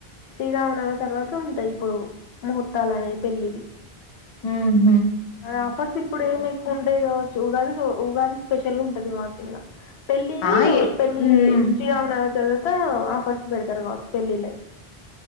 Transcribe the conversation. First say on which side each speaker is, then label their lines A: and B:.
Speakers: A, on the left; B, on the left.
A: శ్రీరావనవి తర్వాత ఉంటాయి. ఇప్పుడు ముహూర్తాలు అనేవి పెళ్ళివి.
B: ఉహ్
A: ఆ ఫస్ట్ ఇప్పుడు ఏమి ఎక్కువ ఉండాయ్ గావచ్చు. ఉగాది జో ఉగాది స్పెషల్ ఉంటది మాకింగా. పెళ్ళివి
B: ఆ
A: ఓ
B: ఎ
A: పెళ్ళి
B: హ్మ్.
A: శ్రీరావన్నావ్ తర్వాత ఆఫర్స్ బెడతారు గావచ్చు పెళ్ళిలై